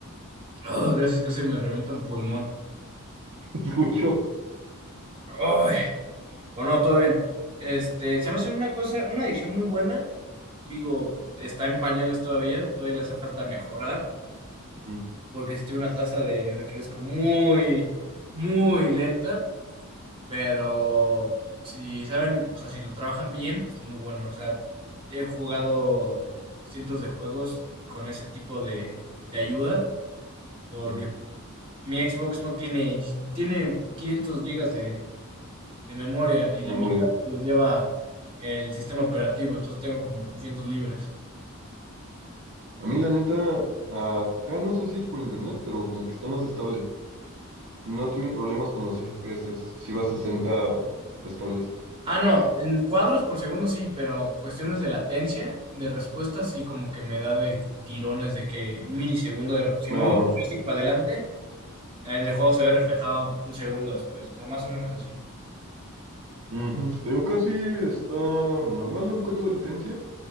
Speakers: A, on the right (about 25°); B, on the right (about 60°).
A: Oh, gracias, casi me revienta un pulmón.
B: Escuchó.
A: Ay, bueno, no, todo bien. Este, se me hace una cosa, una edición muy buena. Digo, está en pañales todavía, todavía le hace falta mejorar.
B: Mm,
A: porque sí tiene una taza de refresco muy, muy lenta, pero si saben, o sea, si lo trabajan bien, es muy bueno. O sea, he jugado cientos de juegos con ese tipo de, de ayuda, porque
B: ujú.
A: mi Xbox no tiene, tiene 500 gigas de, de memoria y la
B: Me
A: mitad
B: morí
A: los lleva el sistema operativo, entonces tengo como 300 libres.
B: A mí, la neta, acá no sé si es por internet, pero como que está más estable. No he tenido problemas con los FPS. Si va a 60 estables.
A: Ah, no, en cuadros por segundo sí, pero cuestiones de latencia, de respuesta, sí, como que me da de tirones de que un milisegundo de... Si
B: Ajá.
A: muevo el joystick para adelante, en el juego se ve reflejado un segundo después, o sea, más o menos así.
B: Ujú. Te digo, casi está normal, ¿no? nunca tuve latencia.